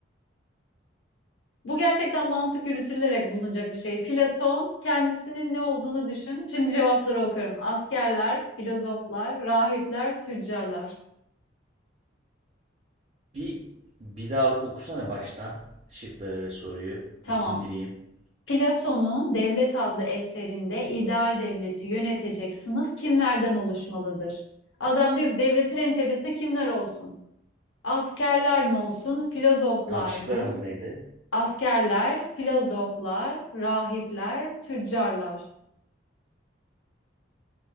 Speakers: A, on the left; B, on the right.
A: Bu gerçekten mantık yürütülerek bulunacak bir şey. Platon kendisinin ne olduğunu düşün. Şimdi cevapları okuyorum. Askerler, filozoflar, rahipler, tüccarlar.
B: Bir, bir daha okusana baştan şıkları ve soruyu.
A: Tamam.
B: Bir sindireyim.
A: Platon'un Devlet adlı eserinde ideal devleti yönetecek sınıf kimlerden oluşmalıdır? Adam diyor ki devletin en tepesinde kimler olsun? Askerler mi olsun, filozoflar
B: Tamam şıklarımız
A: mı?
B: neydi?
A: Askerler, filozoflar, rahipler, tüccarlar.